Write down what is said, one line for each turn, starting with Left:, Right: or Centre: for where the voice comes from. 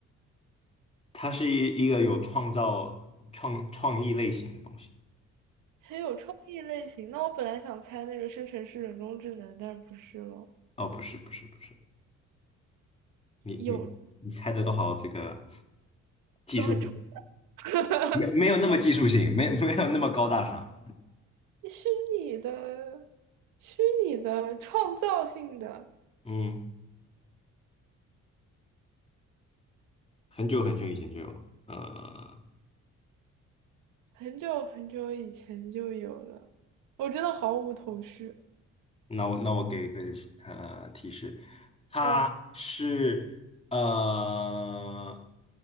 Left: 它是一一个有创造创创意类型的东西。
Right: 很有创意类型。那我本来想猜那个生成式人工智能，但是不是咯，
Left: 哦，不是，不是，不是，你你你猜的都好，
Right: 有
Left: 这个技术性
Right: 都很抽象，
Left: 没没有那么技术性，没没有那么高大上。
Right: <laughs> 虚拟的，虚拟的创造性的。
Left: 嗯，很久很久以前就有。呃，
Right: 很久很久以前就有了，我真的毫无头绪。
Left: 那我那我给一个呃提示，它是呃，
Right: 嗯，